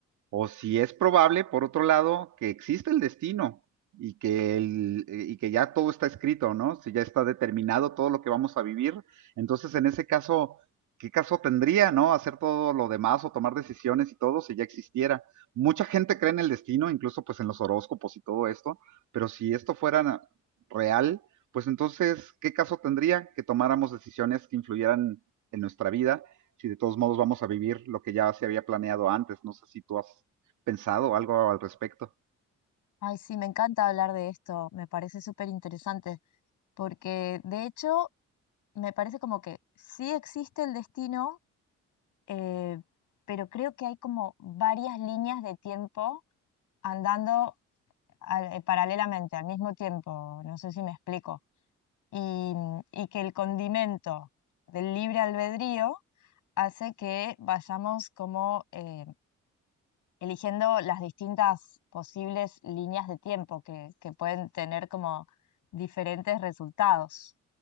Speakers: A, on the right; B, on the left.
A: o si es probable, por otro lado, que existe el destino y que, el- y que ya todo está escrito, ¿no? Si ya está determinado todo lo que vamos a vivir, entonces en ese caso, ¿qué caso tendría, ¿no? Hacer todo lo demás o tomar decisiones y todo si ya existiera. Mucha gente cree en el destino, incluso pues en los horóscopos y todo esto, pero si esto fuera na- real, pues entonces, ¿qué caso tendría que tomáramos decisiones que influyeran en nuestra vida? si de todos modos vamos a vivir lo que ya se había planeado antes. No sé si tú has pensado algo al respecto.
B: Ay, sí, me encanta hablar de esto, me parece súper interesante, porque de hecho me parece como que sí existe el destino, eh, pero creo que hay como varias líneas de tiempo andando al- eh, paralelamente, al mismo tiempo, no sé si me explico, y, y que el condimento del libre albedrío hace que vayamos como eh, eligiendo las distintas posibles líneas de tiempo que, que pueden tener como diferentes resultados.